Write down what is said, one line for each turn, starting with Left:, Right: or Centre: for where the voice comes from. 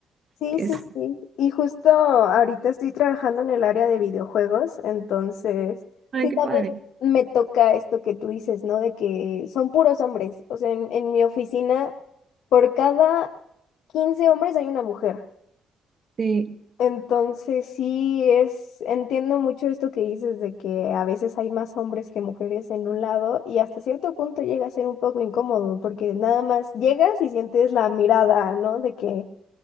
Left: Sí,
Right: Es,
Left: sí, sí. Y justo ahorita estoy trabajando en el área de videojuegos, entonces
Right: ay,
Left: sí
Right: qué
Left: también
Right: padre.
Left: me toca esto que tú dices, ¿no? De que son puros hombres. O sea, en, en mi oficina, por cada 15 hombres hay una mujer.
Right: Sí.
Left: Entonces sí es, entiendo mucho esto que dices de que a veces hay más hombres que mujeres en un lado y hasta cierto punto llega a ser un poco incómodo porque nada más llegas y sientes la mirada, ¿no? De que,